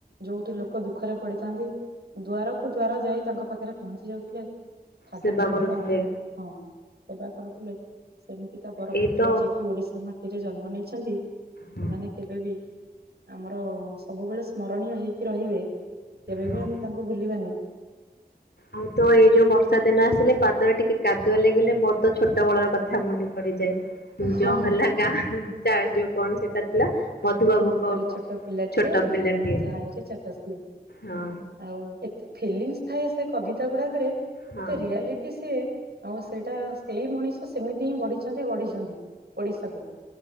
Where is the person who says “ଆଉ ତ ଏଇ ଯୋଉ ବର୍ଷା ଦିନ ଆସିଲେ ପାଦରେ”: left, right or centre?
Left